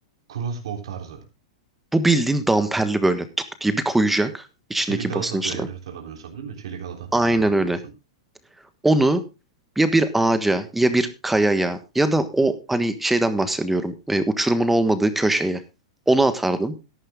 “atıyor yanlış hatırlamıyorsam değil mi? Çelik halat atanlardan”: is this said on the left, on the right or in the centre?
Right